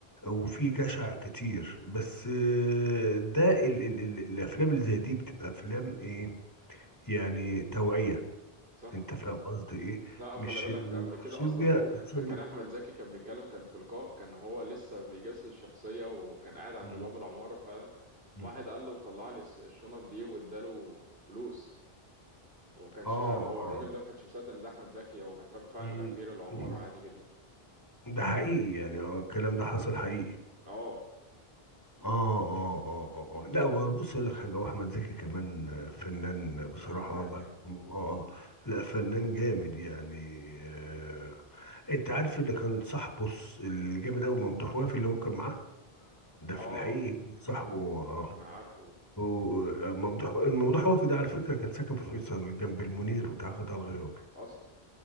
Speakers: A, on the left; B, on the right.
A: وفي جشع كتير بس آه، ده ال ال ال الافلام اللي زي دي بتبقى افلام ايه يعني توعية
B: صح
A: انت فاهم قصدي ايه
B: لا وخلي
A: مش
B: بالك
A: المقصود
B: قبل كده اصلا
A: بيها بتثبت
B: كان احمد زكي كان بيتكلم كان في لقاء كان هو لسه بيجسس الشخصيه وكان قاعد عند
A: مم.
B: باب العماره فعلا
A: مم.
B: واحد قال له طلع لي الس- الشنط دي واداله فلوس وكانش
A: اه اه
B: ح- هو
A: آه.
B: الراجل ده ما كانش مصدق ان ده احمد زكي هو كان فاكره فعلا
A: مم.
B: غفير العماره
A: مم.
B: عادي جدا
A: ده حقيقي يعني آه، الكلام ده حصل حقيقي
B: اه
A: اه اه اه اه آه. لا هو بص اقول لك حاجه واحمد زكي كمان آه، فنان
B: فنان
A: بصراحه
B: مرعب
A: الله
B: يعني
A: يرحمه اه آه. لا فنان جامد يعني آه. انت عارف اللي كان صاحبه الس- الجامد قوي ممدوح وافي اللي هو كان معاه ده
B: اه
A: في الحقيقه صاحبه اه
B: انا عارفه
A: وممدوح الممدوح وفد على فكرة كان ساكن في فيصل جنب المنير بتاع قطاع الغيار
B: اصلا